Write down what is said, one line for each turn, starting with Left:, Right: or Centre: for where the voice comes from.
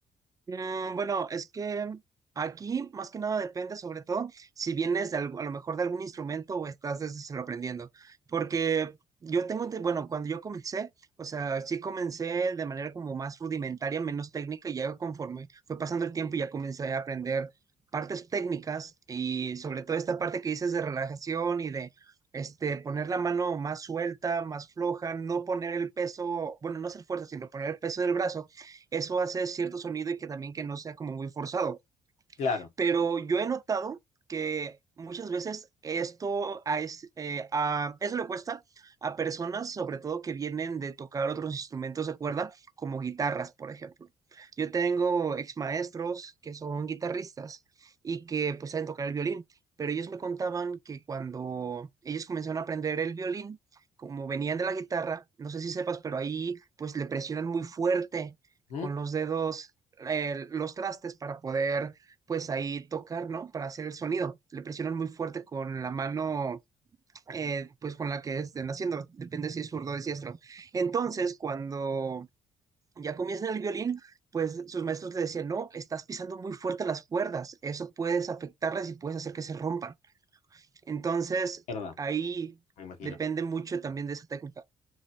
Right: Mm, bueno, es que aquí más que nada depende sobre todo si vienes de algo- a lo mejor de algún instrumento o estás desde cero aprendiendo. Porque yo tengo, ente- bueno, cuando yo comencé, o sea, sí comencé de manera como más rudimentaria, menos técnica y ya conforme fue pasando el tiempo ya comencé a aprender partes técnicas y sobre todo esta parte que dices de relajación y de... Este, poner la mano más suelta, más floja, no poner el peso, bueno, no hacer fuerza, sino poner el peso del brazo eso hace cierto sonido y que también que no sea como muy forzado.
Left: Claro,
Right: Pero yo he notado que muchas veces esto a, es- eh, a- eso le cuesta a personas, sobre todo que vienen de tocar otros instrumentos de cuerda, como guitarras, por ejemplo. Yo tengo ex maestros que son guitarristas y que pues saben tocar el violín, pero ellos me contaban que cuando ellos comenzaron a aprender el violín, como venían de la guitarra, no sé si sepas, pero ahí pues le presionan muy fuerte
Left: ¿Mm?
Right: con los dedos eh, los trastes para poder pues ahí tocar, ¿no? Para hacer el sonido. Le presionan muy fuerte con la mano, eh, pues con la que estén haciendo, depende si es zurdo o diestro. Entonces, cuando ya comienzan el violín, pues sus maestros le decían, no, estás pisando muy fuerte las cuerdas, eso puedes afectarlas y puedes hacer que se rompan. Entonces,
Left: verdad.
Right: ahí
Left: Me imagino.
Right: depende mucho también de esa técnica.